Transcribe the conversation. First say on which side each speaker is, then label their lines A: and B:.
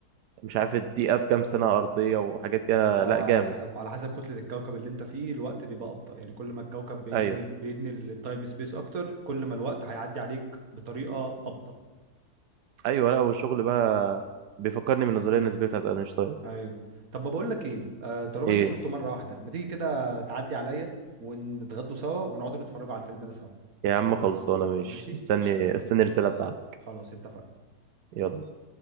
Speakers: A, on the right; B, on the right.
A: مش عارف الدقيقة بكام سنة أرضية وحاجات كده
B: اه
A: لأ جامد
B: على حسب على حسب كتلة الكوكب اللي انت فيه الوقت بيبقى أبطأ يعني كل ما الكوكب بيتني
A: أيوه
B: بيتني التايم سبيس اكتر كل ما الوقت هيعدي عليك بطريقة أبطأ
A: أيوه لأ والشغل بقى بيفكرني بالنظرية النسبية بتاعت أينشتاين
B: ايوه طب بقول لك ايه آه طالما
A: إيه
B: انت شفته مرة واحدة ما تيجي كده تعدي عليا ونتغدوا سوا ونقعدوا نتفرجوا على الفيلم ده سوا
A: يا عم خلصانة ماشي
B: ماشي
A: مستني
B: قشط
A: مستني الرسالة بتاعتك
B: خلاص اتفقنا
A: يلا